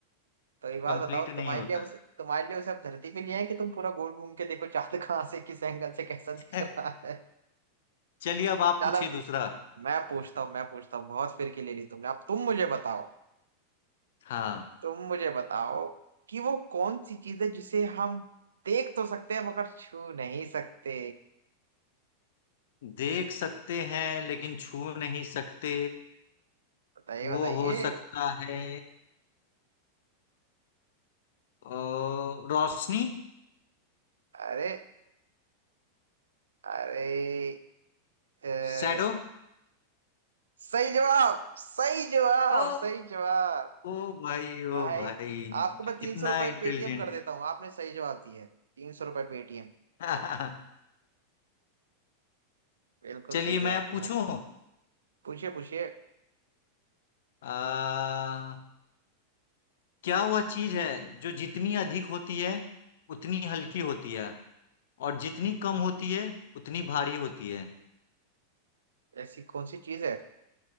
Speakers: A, on the right; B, on the left.
A: तो एक बात
B: कंप्लीट
A: बताओ
B: नहीं
A: तुम्हारे
B: होता
A: लिए उसे तुम्हारे लिए उसे अब धरती पे ले आए कि तुम पूरा गोल घूम के देखो चांद <laughs> कहाँ से किस एंगल से कैसा दिख
B: <laughs>
A: रहा है
B: चलिए अब आप
A: चलो
B: पूछिए
A: म-
B: दूसरा
A: मैं पूछता हूँ मैं पूछता हूँ बहुत फिरकी ले ली तुमने अब तुम मुझे बताओ
B: हाँ
A: तुम मुझे बताओ कि वो कौन सी चीज है जिसे हम देख तो सकते हैं मगर छू नहीं सकते
B: देख सकते हैं लेकिन छू नहीं सकते
A: बताइए
B: वो
A: बताइए
B: हो सकता है अ, रोशनी
A: अरे अरे अ,
B: शैडो
A: सही जवाब सही जवाब
B: ओ
A: सही जवाब
B: ओ भाई
A: भाई
B: ओ भाई
A: आपको
B: मैं
A: मैं तीन
B: कितना
A: सौ रुपये
B: इंटेलिजेंट
A: पेटीएम कर देता हूँ आपने सही जवाब दिया है तीन सौ रुपये पेटीएम
B: <laughs>
A: बिल्कुल
B: चलिए
A: सही जवाब
B: मैं
A: दिया
B: पूछूं
A: आप। पूछिए पूछिए
B: आ, क्या वह चीज है जो जितनी अधिक होती है उतनी हल्की होती है और जितनी कम होती है उतनी भारी होती है
A: ऐसी कौन सी चीज है